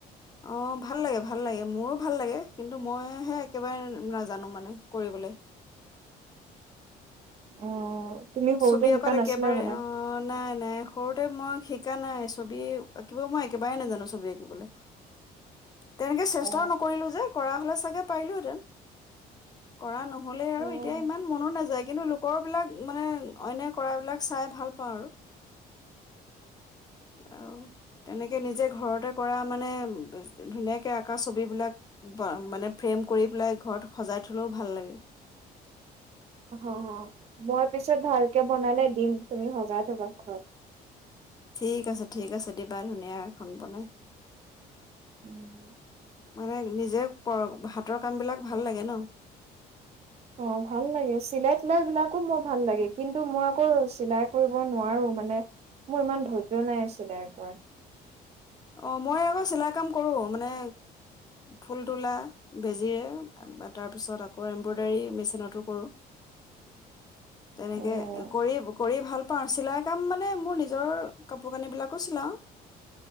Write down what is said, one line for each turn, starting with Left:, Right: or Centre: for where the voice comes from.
Left: অ', ভাল লাগে ভাল ভাল লাগে মোৰো ভাল লাগে, কিন্তু মইহে একেবাৰে নাজানো মানে কৰিবলে।
Right: অ'। তুমি সৰুতে
Left: ছবি
Right: শিকা
Left: অঁকাত
Right: নাছিলা
Left: একেবাৰে
Right: মানে?
Left: অ', নাই নাই সৰুতে মই শিকা নাই, ছবি আঁকিব মই একেবাৰে নাজানো ছবি আঁকিবলৈ। তেনেকে চেষ্টাও
Right: অ
Left: নকৰিলো যে, কৰা হলে চাগে পাৰিলোহেঁতেন কৰা নহলে আৰু
Right: অ
Left: এতিয়া ইমান মনো নাযায় কিন্তু লোকৰবিলাক মানে অন্য কৰাবিলাক চাই ভাল পাওঁ আৰু আহ তেনেকে গতিকে নিজে ঘৰতে কৰা মানে ধুনীয়াকে আঁকা ছবিবিলাক মানে ফ্ৰেম কৰি পেলাই ঘৰত সজাই থলেও ভাল লাগে
Right: অ অ মই পিছত ভালকে বনালে দিম তুমি সজাই থবা ঘৰত
Left: ঠিক আছে ঠিক আছে দিবা ধুনীয়া এখন বনাই
Right: উম
Left: মানে নিজে হাতৰ কাম বিলাক ভাল লাগে ন
Right: অ ভাল লাগে চিলাই তিলাই বিলাকো মোৰ ভাল লাগে কিন্তু মই আকৌ চিলাই কৰিব নোৱাৰো মানে মোৰ ইমান ধৈৰ্য্য নাই চিলাই কৰা
Left: অ মই আকৌ চিলাই কাম কৰো মানে ফুল তোলা বেজীৰে বা তাৰপিছত আকৌ এমব্ৰইডাৰী মেচিনতো কৰোঁ তেনেকে
Right: অ অ
Left: কৰি কৰি ভাল পা চিলাই কাম মানে মোৰ নিজৰ কাপোৰ কানিবিলাকো চিলাওঁ